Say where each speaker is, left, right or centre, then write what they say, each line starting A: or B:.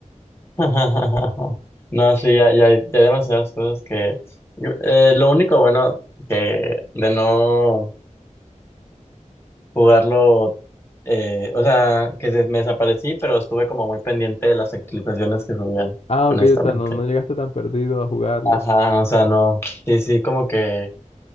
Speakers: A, on the left; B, on the left.
A: <laughs> No, sí, ya, ya, ya hay demasiadas cosas que... eh, lo único bueno que de no jugarlo, eh, o sea, que se- me desaparecí, pero estuve como muy pendiente de las actualizaciones que subían,
B: Ah, ok,
A: honestamente.
B: o sea, no, no llegaste tan perdido a jugarlo.
A: Ajá,
B: O
A: o sea, no, sí, sí, como que